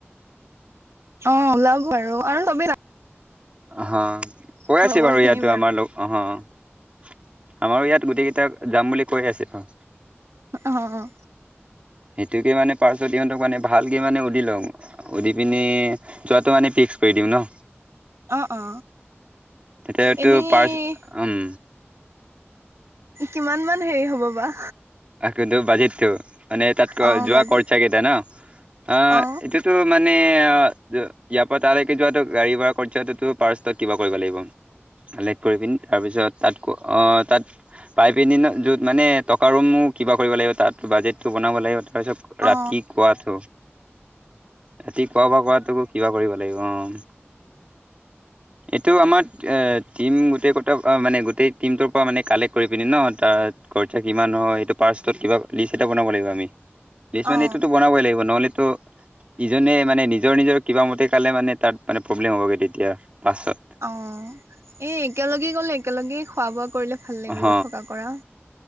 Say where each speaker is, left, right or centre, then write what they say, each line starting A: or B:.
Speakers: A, on the right; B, on the right.
A: অ', ওলাব আৰু, আৰু <unintelligible>
B: হা।
A: যাম
B: কৈ আছে
A: লগৰ
B: বাৰু
A: খিনি
B: ইয়াতো আমাৰ লগ <unintelligible> আমাৰো ইয়াত গোটেইকেইটা যাম বুলি কৈ আছে। অ।
A: অঁ।
B: সেইটোকে মানে পাৰ্শ্বত ইহঁতক মানে ভালকে মানে সুধি লওঁ। সুধি পিনি যোৱাটো মানে ফিক্স কৰি দিওঁ ন?
A: অ অ
B: তেতিয়াটো
A: এনেই
B: পাৰ্চ, উম।
A: কিমান মান হেৰি হ'ব বা?
B: আকতো বাজেটতো, মানে তাত ক
A: অ
B: যোৱা
A: বাজি
B: কৰচা কেইটা ন? আহ
A: অ
B: এইটো টো, মানে আহ ইয়াৰ পৰা তালৈকে যোৱাতো গাড়ী ভাড়া কৰচাটোতো পাৰষ্টত কিবা কৰিব লাগিব। কালেক্ট কৰি পিনি তাৰপিছত তাত, অঁ তাত পাই পেনি ন' য'ত মানে টকা ৰুমো কিবা কৰিব লাগিব তাত, বাজেটটো বনাব লাগিব, তাৰপিছত ৰাতিপুৱাটো।
A: অ
B: ৰাতি খোৱা- বোৱা কৰাটো কিবা কৰিব লাগিব অ'। এইটো আমাৰ এ টিম গোটে গোটে এ মানে গোটেই টিমটোৰ পৰা মানে কালেক্ট কৰি পিনি ন'। তাৰ খৰচা কিমান হয়? এইটো ফাৰ্ষ্টত কিবা লিষ্ট এটা বনাব লাগিব আমি। লিষ্ট মানে
A: অ
B: এইটোতো বনাবই লাগিব। নহ'লেতো ইজনে মানে নিজৰ নিজৰ কিবা মতে কালে মানে তাত মানে প্ৰব্লেম হ'বগে তেতিয়া পাছত।
A: অ', এ, একেলগে গলে একেলগেই খোৱা-বোৱা কৰিলে ভাল লাগিব
B: অহ
A: থকা কৰা।